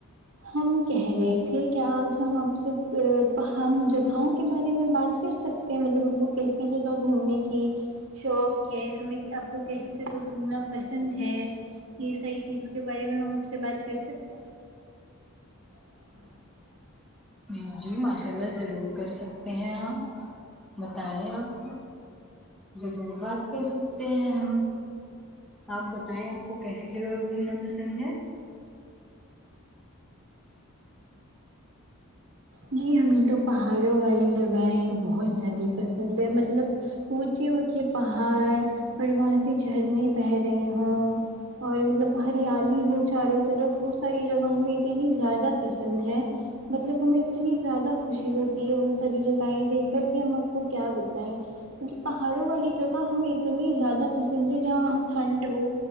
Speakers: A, on the right; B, in the centre.
A: ہم کہہ رہے تھے کہ آج ہم آپ سے ہم جگہوں کے بارے میں بات کر سکتے ہیں مطلب وہ کیسی جگہ گھومنے کی شوق ہے ہمیں آپ کو کیسی تک گھومنا پسند ہے یہ ساری چیزوں کے بارے میں ہم آپ سے بات کر سکتے ہ
B: جی جی ماشاء اللہ ضرور کر سکتے ہیں آپ بتائیں آپ کو ضرور بات کر سکتے ہیں ہم آپ بتائیں آپ کو کیسی جگہ گھومنا پسند ہے
A: جی ہمیں تو پہاڑوں والی جگہیں بہت زیادہ پسند ہے مطلب اونچے اونچے پہاڑ اور وہاں سے جھرنے بہ رہی ہوں اور مطلب ہریالی ہو چاروں طرف وہ ساری جگہ ہمیں اتنی زیادہ پسند ہے مطلب ہمیں اتنی زیادہ خوشی ہوتی ہے وہ ساری جگہیں دیکھ کر کے ہم آپ کو کیا بتائیں م پہاڑوں والی جگہ ہمیں اتنی زیادہ پسند ہے جہاں ٹھنڈ ہو